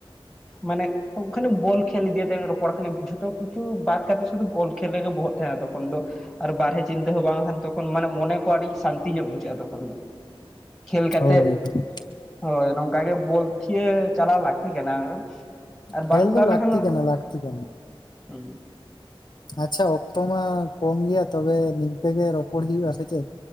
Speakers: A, in the centre; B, on the left (about 50°).
A: ᱢᱟᱱᱮ ᱠ ᱠᱷᱟᱱᱮᱢ ᱵᱚᱞ ᱠᱷᱮᱞ ᱤᱫᱤᱭᱟ ᱛᱮᱭ ᱨᱚᱲᱟ ᱠᱷᱟᱞᱤ ᱡᱷᱚᱛᱚ ᱠᱤᱪᱩ ᱵᱟᱫ ᱠᱟᱛᱮ ᱥᱩᱫᱩ ᱵᱚᱞ ᱠᱷᱮᱞ ᱨᱮᱜᱮ ᱵᱚᱦᱚᱜ ᱛᱟᱦᱮᱱᱟ ᱛᱚᱠᱷᱚᱱ ᱫᱚ ᱟᱨ ᱵᱟᱦᱨᱮ ᱪᱤᱱᱛᱟᱹ ᱦᱚᱸ ᱵᱟᱝᱠᱷᱟᱱ ᱛᱚᱠᱷᱚᱱ ᱢᱟᱱᱮ ᱢᱚᱱᱮ ᱠᱚ ᱟᱹᱰᱤ ᱥᱟᱱᱛᱤ ᱧᱚᱜ ᱵᱩᱡᱷᱟᱹᱜ-ᱟ ᱛᱚᱠᱷᱚᱱ ᱫᱚ᱾ ᱠᱷᱮᱞ ᱠᱟᱛᱮᱜ
B: ᱦᱳᱭ ᱦᱳᱭ
A: ᱦᱳᱭ ᱱᱚᱝᱠᱟ ᱜᱮ ᱵᱚᱞᱛᱷᱤᱭᱟᱹ ᱪᱟᱞᱟᱣ ᱞᱟᱹᱠᱛᱤ ᱠᱟᱱᱟ᱾ ᱟᱨ ᱵᱟᱢ
B: ᱠᱷᱮᱞ
A: ᱪᱟᱞᱟᱣ
B: ᱫᱚ
A: ᱞᱮᱱᱠᱷᱟᱱ
B: ᱞᱟᱹᱠᱛᱤ <unintelligible>
A: ᱦᱩᱸ,
B: ᱟᱪᱪᱷᱟ ᱚᱠᱛᱚ ᱢᱟ ᱠᱚᱢ ᱜᱮᱭᱟ ᱛᱚᱵᱮ ᱱᱤᱝᱠᱟᱹ ᱜᱮ ᱨᱚᱯᱚᱲ ᱦᱩᱭᱩᱜ-ᱟ᱾ ᱥᱮ ᱪᱮᱫ?